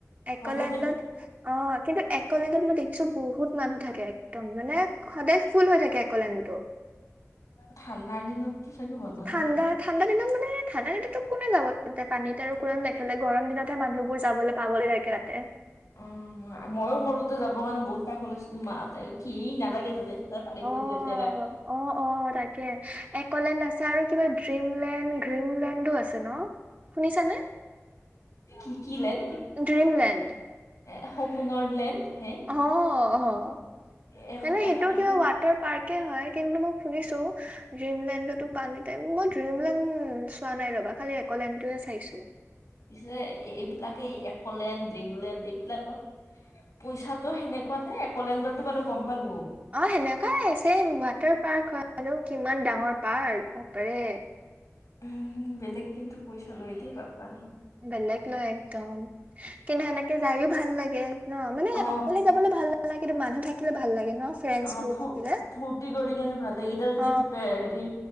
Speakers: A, on the right; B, on the left.
A: একলেণ্ডত।
B: চবতে
A: অ', কিন্তু একলেণ্ডত মই দেখিছো বহুত মানুহ থাকে একদম মানে। সদায় ফুল হৈ থাকে একলেণ্ডতো।
B: ঠাণ্ডাৰ দিনততো চাগে বন্ধ
A: ঠাণ্ডা
B: থাকে।
A: ঠাণ্ডা দিনতোত মানে ঠাণ্ডা দিনতোত কোনে যাব, তাতে পানীত আৰু কোনো নেখেলে গৰম দিনত। তাতে মানুহ বোৰ যাবলৈ পাগল হৈ থাকে তাতে।
B: অ', মইও সৰুতে যাবৰ কাৰণে বহুত পাগল হৈছিলোঁ, মা হতে কি নালাগে তাতে তাৰ পানী
A: অ',
B: বহুত লেতেৰা।
A: অ', অ', তাকে একলেণ্ড আছে আৰু কিবা ড্ৰিমলেণ্ড গ্ৰীমলেণ্ডো আছে ন। শুনিছানে?
B: কি- কি- লেড।
A: ড্ৰ্ৰীমলণ্ড।
B: এ', সপোনৰ লেণ্ড হে।
A: অ', অ',
B: এ
A: তেনে সেইটোৰ
B: এখন
A: কিবা ৱাট। ওৱাতৰ পাৰ্ক হয় কিন্তু মই শুনিছো। ড্ৰিমলেণ্ডতো পানী মই ড্ৰিমলেণ্ড চোৱা নাই ৰবা খালি একলেণ্ডতো চাইছো।
B: পিছে এইবিলাকেই একলেণ্ড ড্ৰিমলেণ্ড এইবিলাকৰ। পইচাটো সেনেকুৱা নে একলেণ্ডৰটো বাৰু গম পালো।
A: অ', সেনেকুৱাই ছেম ৱাটাৰ পাৰ্ক হয় আৰু কিমান ডাঙৰ পাৰ্ক বাপৰে।
B: উম', বেলেগ কিন্তু পইচা লৈ দেই বাপা অই।
A: বেলেগ লয় একদম কিন্তু সেনেলে যায়ও ভাল লাগে। ন মানে
B: অ
A: অকলে যাবলৈ ভাল নালাগে, কিন্তু মানুহ থাকিলে ভাল লাগে ন। ফ্ৰেণ্ডছ
B: অ',
A: বোৰ
B: ফু-
A: থাকিলে।
B: ফুটি কৰি কেনে ভাল লাগে এতিয়া যদি
A: অ
B: বে- হেৰি।